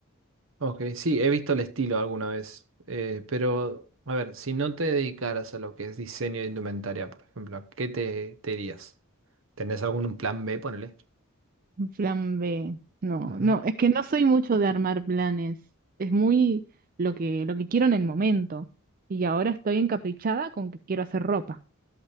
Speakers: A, on the right; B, on the right.
A: ok, sí, he visto el estilo alguna vez, eh, pero, a ver, si no te dedicaras a lo que es diseño de indumentaria, por ejemplo, ¿a qué te, te irías? ¿Tenés algún plan B, ponele?
B: Un Plan B. No,
A: Ujú.
B: no, es que no soy mucho de armar planes. Es muy lo que, lo que quiero en el momento. Y ahora estoy encaprichada con que quiero hacer ropa.